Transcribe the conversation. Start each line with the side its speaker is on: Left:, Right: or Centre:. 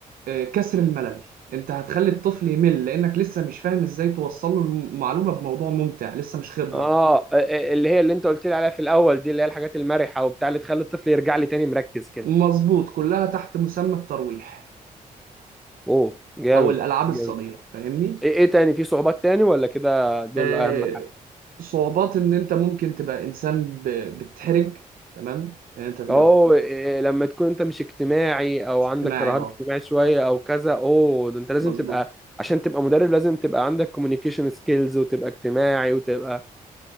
Right: آه، كسر الملل انت هتخلي الطفل يمل لانك لسه مش فاهم ازاي توصل له المعلومة بموضوع ممتع لسه مش خبرة
Centre: اه آه، آه، اللي هي اللي انت قلت لي عليها في الاول دي اللي هي الحاجات المرحه وبتاع اللي تخلي الطفل يرجع لي تاني مركز كده
Right: مظبوط كلها تحت مسمى الترويح
Centre: اوه جامد
Right: او الالعاب
Centre: جامد
Right: الصغيره فاهمني
Centre: ايه ايه تاني في صعوبات تاني ولا كده دول
Right: آه
Centre: اهم
Right: صعوبات ان انت ممكن تبقى انسان ب- بتتحرج تمام ان انت تبقى
Centre: اه إيه، لما تكون انت مش اجتماعي او
Right: اجتماعي
Centre: عندك رهاب
Right: اه
Centre: اجتماعي شويه او كذا اوه ده انت لازم
Right: مظبوط
Centre: تبقى عشان تبقى مدرب لازم تبقى عندك كوميونيكيشن سكيلز وتبقى اجتماعي وتبقى